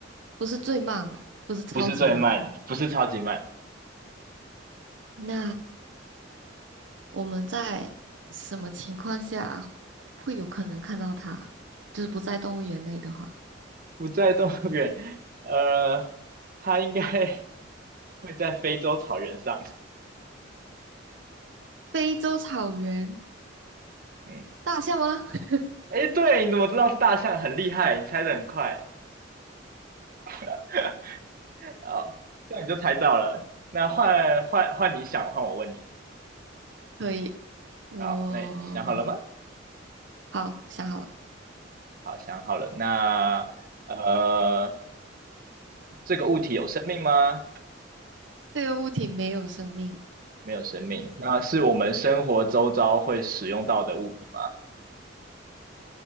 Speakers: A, on the right; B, on the right.
A: 不是最慢吧？不是超级慢。
B: 不是最慢，不是超级慢，
A: 那我们在什么情况下会有可能看到它？就是不在动物园内的话，
B: 不在动物园，呃，它应该 <laughs> 会在非洲草原上，
A: 非洲草原
B: 嗯，
A: 大象吗？<laughs>
B: 诶，对，你怎么知道是大象？很厉害，你猜的很快，<laughs> 哦，这样你就猜到了。那换换换你想，换我问你。
A: 可以，我
B: 好，那你想好了吗？
A: 好想好了，
B: 好，想好了。那呃，这个物体有生命吗？
A: 这个物体没有生命。
B: 没有生命。那是我们生活周遭会使用到的物品吗？